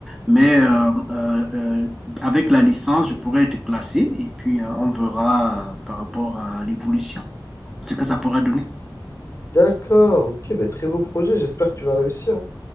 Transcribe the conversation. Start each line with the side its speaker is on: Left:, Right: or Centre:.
Centre: Mais euh, euh, euh, avec la licence, je pourrais être classé et puis euh, on verra euh, par rapport à l'évolution, ce que ça pourra donner.
Left: D'accord, ok, ben très beau projet, j'espère que tu vas réussir.